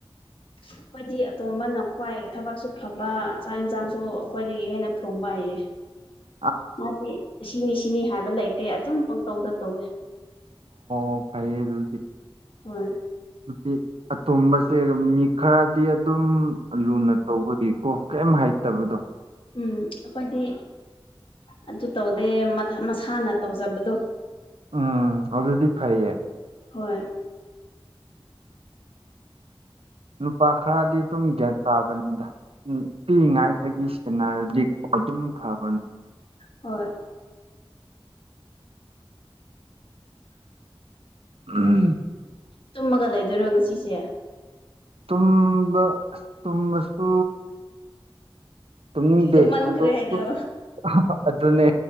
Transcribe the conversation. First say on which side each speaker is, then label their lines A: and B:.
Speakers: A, on the left (about 65°); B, on the right (about 85°).
A: ꯑꯩꯈꯣꯏꯗꯤ ꯑꯇꯣꯝꯕꯅ ꯈ꯭ꯋꯥꯏ ꯊꯕꯛꯁꯨ ꯐꯕ ꯆꯥꯛ ꯌꯦꯟꯁꯥꯡꯁꯨ ꯑꯩꯈꯣꯏꯗꯒꯤ ꯍꯦꯟꯅ ꯊꯣꯡꯕ ꯍꯩꯌꯦ꯫
B: <inaudible>
A: ꯃꯥꯗꯤ ꯁꯤꯅꯤ ꯁꯤꯅꯤ ꯍꯥꯏꯕ ꯂꯩꯇꯦ ꯑꯆꯨꯝ ꯄꯪꯇꯧꯗ ꯇꯧꯋꯦ
B: ꯑꯣ ꯐꯩꯌꯦ ꯑꯗꯨꯗꯤ
A: ꯍꯣꯏ
B: <unintelligible> ꯑꯇꫭꯝꯕꯁꯦ ꯃꯤ ꯈꯔꯗꯤ ꯑꯗꯨꯝ ꯂꯨꯅ ꯇꯧꯕꯒꯤꯀꯣ ꯀꯔꯤꯝ ꯍꯥꯏꯇꯕꯗꯣ
A: ꯎꯝ ꯑꯩꯈꯣꯏꯗꯤ ꯑꯗꯨ ꯇꯧꯗꯦ ꯃꯊ ꯃꯁꯥꯅ ꯇꯧꯖꯕꯗꯣ
B: ꯎꯝ ꯑꯗꯨꯗꯤ ꯐꯩꯌꯦ
A: ꯍꯣꯏ
B: ꯅꯨꯄꯥ ꯈꯔꯗꯤ ꯑꯗꯨꯝ ꯒ꯭ꯌꯥꯟ ꯇꯥꯕꯅꯤꯗ ꯎꯝ ꯄꯤꯛꯏꯉꯥꯏꯗꯒꯤ ꯁꯦꯟꯅꯔ ꯂꯤꯄ ꯑꯗꯨꯝ ꯐꯕꯅꯦ
A: ꯍꯣꯏ
B: <unintelligible>
A: ꯇꯨꯝꯃꯒ ꯂꯩꯗꯣꯏꯔꯣ ꯉꯁꯤꯁꯦ
B: ꯇꯨꯝꯕ ꯇꯨꯝꯕꯁꯨ ꯇꯨꯝꯅꯤꯡꯗꯦ
A: ꯇꯨꯝꯃꯟꯈ꯭ꯔꯦ
B: ꯑꯗꯨ
A: ꯍꯥꯏꯗꯣ
B: <unintelligible> ꯑꯗꯨꯅꯦ